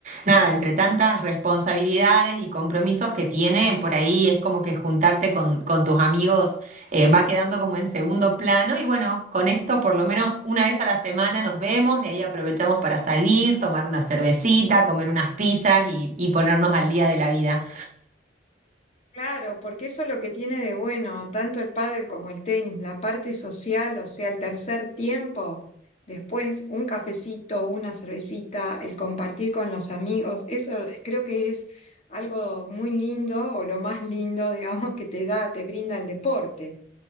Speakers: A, on the right; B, on the left.
A: nada, entre tantas responsabilidades y compromisos que tiene, por ahí es como que juntarte con, con tus amigos eh, va quedando como en segundo plano. Y bueno, con esto por lo menos una vez a la semana nos vemos, de ahí aprovechamos para salir, tomar una cervecita, comer unas pizzas y, y ponernos al día de la vida.
B: Claro, porque eso es lo que tiene de bueno, tanto el pádel como el tenis, la parte social, o sea, el tercer tiempo, después un cafecito, una cervecita, el compartir con los amigos, eso creo que es algo muy lindo o lo más lindo, <laughs> digamos, que te da, te brinda el deporte.